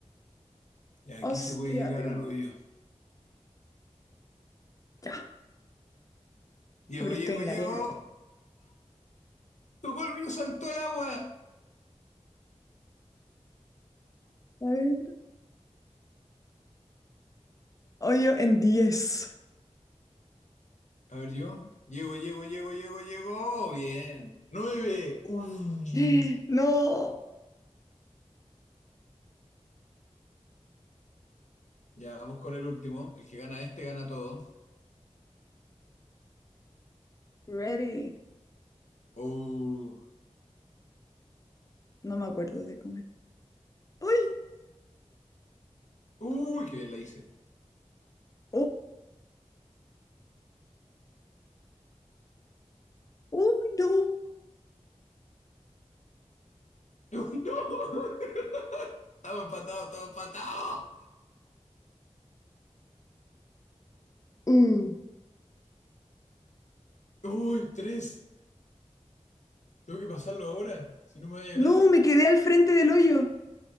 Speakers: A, on the left; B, on the left.
A: Y aquí
B: Hostia,
A: se puede llegar
B: tío.
A: al hoyo.
B: Ya,
A: Llego,
B: Ah, pero
A: llego,
B: estoy en
A: llego.
B: la arena.
A: Tocó el hoyo, saltó al agua.
B: A ver. Hoyo en diez.
A: A ver, yo. Llego, llego, llego, llego, llego. Bien. Nueve. Uy.
B: <gasps> No.
A: Ya vamos con el último. El que gana este gana todo.
B: Ready.
A: Uh.
B: No me acuerdo de comer. ¡Ay!
A: Uy, qué bien la hice.
B: ¡Oh! ¡Uy, no!
A: Uy, no. <laughs> Estamos empatados, estamos empatados.
B: Uh.
A: Uy, tres. Tengo que pasarlo ahora, si no me voy a
B: No,
A: ganar.
B: me quedé al frente del hoyo.